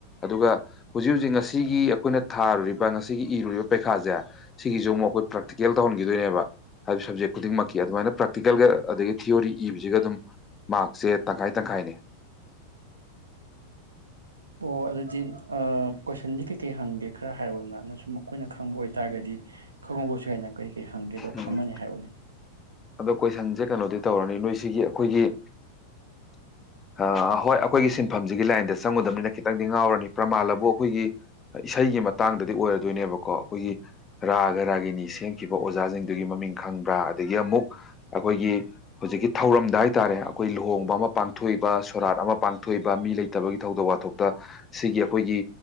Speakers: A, on the left; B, on the right.
A: ꯑꯗꯨꯒ ꯍꯨꯖꯤꯛ ꯍꯨꯖꯤꯛ ꯉꯁꯤꯒꯤ ꯑꯩꯈꯣꯏꯅ ꯊꯥꯔꯨꯔꯤꯕ ꯉꯁꯤꯒꯤ ꯏꯔꯨꯔꯤꯕ ꯄꯩꯈꯥꯖꯦ ꯁꯤꯒꯤꯖꯨ ꯑꯃꯨꯛ ꯑꯩꯈꯣꯏ ꯄ꯭ꯔꯥꯛꯛꯇꯤꯀꯦꯜ ꯇꯧꯍꯟꯒꯤꯗꯣꯏꯅꯦꯕ ꯍꯥꯏꯕꯗꯤ ꯁꯕꯖꯦꯛ ꯈꯨꯗꯤꯡꯃꯛꯀꯤ ꯑꯗꯨꯃꯥꯏꯅ ꯄ꯭ꯔꯥꯛꯇꯤꯀꯦꯜꯒ ꯑꯗꯒꯤ ꯊꯤꯑꯣꯔꯤ ꯏꯕꯖꯤꯒ ꯑꯗꯨꯝ ꯃꯥꯔꯛꯁꯦ ꯇꯪꯈꯥꯏ ꯇꯪꯈꯥꯏꯅꯦ
B: ꯑꯣ ꯑꯗꯨꯗꯤ ꯑꯥ ꯀꯣꯏꯁꯟꯗꯤ ꯀꯩꯀꯩ ꯍꯪꯒꯦ ꯈꯔ ꯍꯥꯏꯔꯛꯑꯣꯗꯅ ꯅ ꯁꯨꯝ ꯑꯈꯣꯏꯅ ꯈꯪꯕ ꯑꯣꯏꯇꯥꯔꯒꯗꯤ ꯈꯪꯉꯧꯕꯁꯨ ꯌꯥꯏꯅ ꯀꯩ ꯀꯩ ꯍꯪꯒꯦꯗꯣ
A: ꯎꯝ
B: ꯈꯝꯃꯅꯤ ꯍꯥꯏꯔꯛꯑꯣꯅꯦ
A: ꯑꯗꯣ ꯀꯣꯏꯁꯟꯖꯦ ꯀꯩꯅꯣꯗꯤ ꯇꯧꯔꯅꯤ ꯅꯣꯏ ꯁꯤꯒꯤ ꯑꯈꯣꯏꯒꯤ ꯍꯥ ꯍꯣꯏ ꯑꯈꯣꯏꯒꯤ ꯁꯤꯟꯐꯝꯖꯤꯒꯤ ꯂꯥꯏꯟꯗ ꯆꯪꯉꯨꯗꯕꯅꯤꯅ ꯈꯤꯇꯪꯗꯤ ꯉꯥꯎꯔꯅꯤ ꯄ꯭ꯔꯃꯥꯜꯑꯕꯨ ꯑꯈꯣꯏꯒꯤ ꯏꯁꯩꯒꯤ ꯃꯇꯥꯡꯗꯗꯤ ꯑꯣꯏꯔꯗꯣꯏꯅꯦꯕꯀꯣ ꯑꯈꯣꯏꯒꯤ ꯔꯥꯒ ꯔꯥꯒꯤꯅꯤ ꯁꯦꯝꯈꯤꯕ ꯑꯣꯖꯥꯖꯤꯡꯗꯨꯒꯤ ꯃꯃꯤꯡ ꯈꯪꯕ꯭ꯔꯥ ꯑꯗꯒꯤ ꯑꯃꯨꯛ ꯑꯈꯣꯏꯒꯤ ꯍꯨꯖꯤꯛꯀꯤ ꯊꯧꯔꯝꯗ ꯍꯥꯏꯇꯥꯔꯦ ꯑꯈꯣꯏ ꯂꯨꯍꯣꯡꯕ ꯑꯃ ꯄꯥꯡ ꯊꯣꯛꯏꯕ ꯁꯣꯔꯥꯠ ꯑꯃ ꯄꯥꯡꯊꯣꯛꯏꯕ ꯃꯤ ꯂꯩꯇꯕꯒꯤ ꯊꯧꯗꯣꯛ ꯋꯥꯊꯣꯛꯇꯥ ꯁꯤꯒꯤ ꯑꯈꯣꯏꯒꯤ